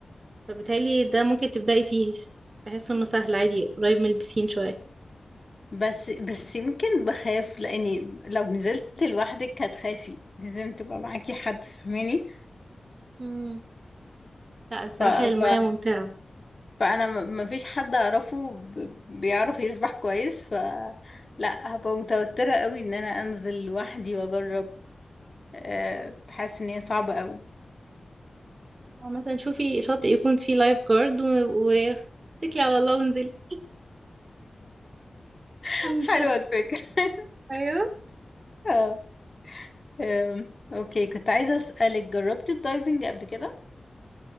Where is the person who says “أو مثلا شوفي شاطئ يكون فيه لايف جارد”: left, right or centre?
Right